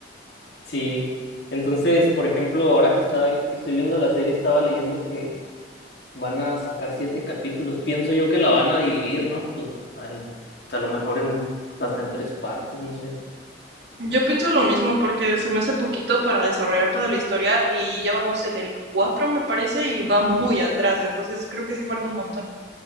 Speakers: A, on the left; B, on the right.
A: Sí, entonces, por ejemplo, ahora que, está, que estoy viendo la serie, estaba leyendo que van a sacar siete capítulos. Pienso yo que la van a dividir, ¿no? Los- en- a lo mejor en, hasta en tres partes, no sé.
B: Yo pienso lo mismo porque se me hace poquito para desarrollar toda la historia y ya vamos en el 4 me parece y va muy atrás, entonces creo que sí falta un montón.